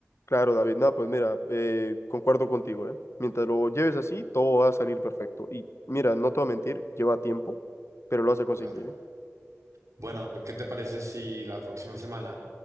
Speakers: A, on the left; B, on the right.
A: Claro, David. No, pues mira, eh, concuerdo contigo, ¿eh? Mientras lo lleves así, todo va a salir perfecto. Y mira, no te voy a mentir, lleva tiempo, pero lo vas a conseguir,
B: Claro.
A: ¿eh?
B: Bueno, ¿qué te parece si la próxima semana